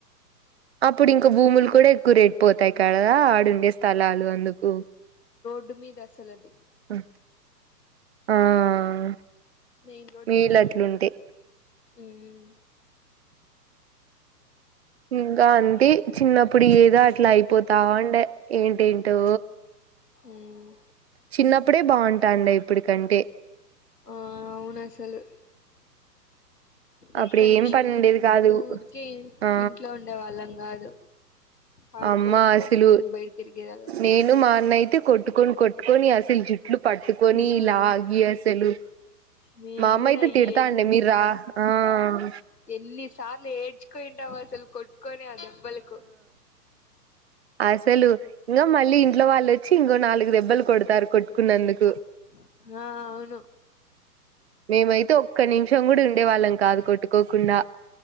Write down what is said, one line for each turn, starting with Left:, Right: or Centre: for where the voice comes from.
Right: అప్పుడు ఇంక భూములు కూడా ఎక్కువ రేట్ పోతాయి కదా. ఆడుండే స్థలాలు అందుకు.
Left: డ్డుం మీద అసలు అది.
Right: ఛ్ ఆహ్
Left: మెయిన్ రోడ్
Right: వీలు
Left: దగ్గరలో
Right: అట్లుండే.
Left: ఉమ్
Right: ఇంకా అంతే చిన్నప్పుడు ఏదో అట్లా అయిపోతావుండే ఏంటేంటో.
Left: ఉమ్.
Right: చిన్నప్పుడే బావుంటాండే ఇప్పటికంటే.
Left: ఆహ్ అవునాసలు.
Right: అప్పుడు
Left: ఒక్క
Right: ఏం
Left: నిమిషం
Right: పని ఉండేది కాదు
Left: ఊరికే
Right: ఆ
Left: ఇంట్లో ఉండేవాళ్ళం కాదు. ఆడుకోవడం
Right: అమ్మ అసలు
Left: కోసం బయట తిరిగేవాళ్ళం
Right: నేను మా అన్న అయితే కొట్టుకొని కొట్టుకొని అసలు జుట్లు పట్టుకొనిలాగి
Left: ఉమ్
Right: అసలు
Left: మేము
Right: మా అమ్మ
Left: కూడా
Right: అయితే తిడతాండే
Left: ఎన్ని
Right: మీరు రా ఆహ్.
Left: ఎన్ని సార్లు ఏడ్. మెచ్చుకుంటాం అసలు కొట్. కొనే ఆ దెబ్బలకు.
Right: అసలు ఇంకా మళ్ళీ ఇంట్లో వాళ్ళోచ్చి ఇంకో నాలుగు దెబ్బలు కొడతారు కొట్టుకున్నందుకు.
Left: ఆహ్ అవును
Right: మేమైతే ఒక్క నిమిషం కూడా ఉండే వాళ్ళం కాదు కొట్టుకోకుండా.